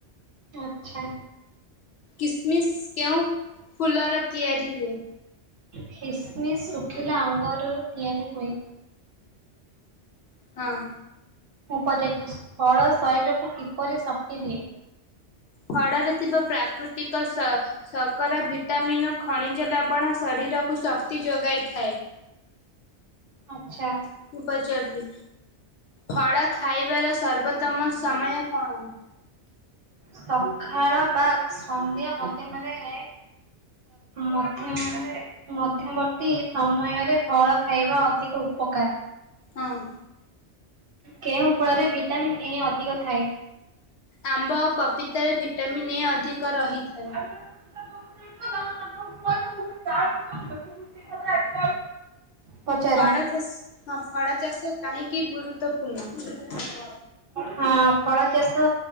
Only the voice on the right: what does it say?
ଆଚ୍ଛା।
କିସମିସ୍ ଶୁଖିଲା ଅଙ୍ଗରରୁ ତିଆରି ହୁଏ।
ମୁଁ ପଚାରିଚି ଫଳ ଶରୀରକୁ କିପରି ଶକ୍ତି ଦିଏ?
ଆଚ୍ଛା
ସଖାଳ ବା ସନ୍ଧ୍ୟା ମଧ୍ୟମରେ ଏଏ ମଧ୍ୟମରେ ମଧ୍ୟବର୍ତ୍ତୀ ସମୟରେ ଫଳ ଖାଇବା ଅଧିକ ଉପକାର।
କେଉଁ ଫଳରେ ଭିଟାମିିନ ଏ ଅଧିକ ଥାଏ।
<inaudible> ପଚାର
ହଁ ଫଳ ଚାଷ